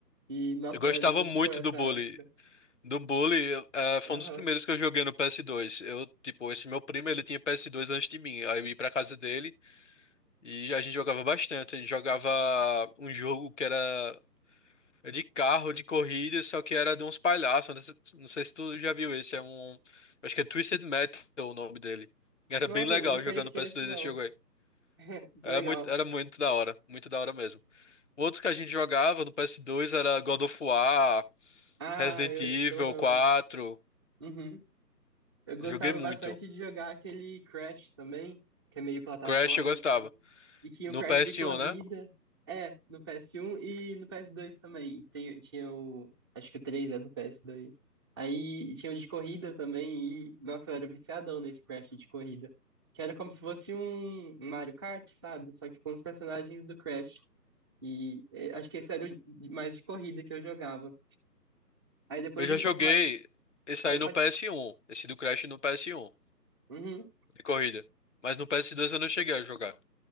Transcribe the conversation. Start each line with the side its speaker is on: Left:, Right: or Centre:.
Right: E, nossa,
Left: Eu gostava
Right: era muito
Left: muito
Right: boa essa
Left: do Bully.
Right: época.
Left: Do Bully, eu- eh, foi
Right: Aham.
Left: um dos primeiros que eu joguei no PS2. Eu, tipo, esse meu primo, ele tinha PS2 antes de mim. Aí eu ia pra casa dele e a gente jogava bastante. A gente jogava um jogo que era de carro, de corrida, só que era de uns palhaços. Não sei não sei se tu já viu esse, é um. Acho que é Twisted Metal o nome dele. Era
Right: Nossa,
Left: bem legal
Right: não conhecia
Left: jogando no PS2
Right: esse não.
Left: esse jogo aí.
Right: <laughs> Que
Left: Era
Right: legal.
Left: muito, era muito da hora, muito da hora mesmo. Outros que a gente jogava no PS2 era God of War,
Right: Ah,
Left: Resident
Right: eu,
Left: Evil
Right: isso eu amo.
Left: 4.
Right: Uhum. Eu gostava
Left: Joguei muito.
Right: bastante de jogar aquele Crash também, que é meio plataforma,
Left: Crash eu gostava.
Right: assim. E tinha
Left: No
Right: o Crash
Left: PS1,
Right: de corrida.
Left: né?
Right: É, no PS1 e no PS2 também. Tem, tinha o. Acho que o 3 é do PS2. Aí tinha o de corrida também. E, nossa, eu era viciadão nesse Crash de corrida. Que era como se fosse um um Mario Kart, sabe? Só que com os personagens do Crash. E eh, acho que esse era o de- mais de corrida que eu jogava. Aí depois
Left: Eu já
Right: de um
Left: joguei
Right: pouco mais
Left: esse
Right: Pode,
Left: aí no
Right: pode...
Left: PS1. Esse do Crash no PS1,
Right: Uhum.
Left: de corrida. Mas no PS2 eu não cheguei a jogar.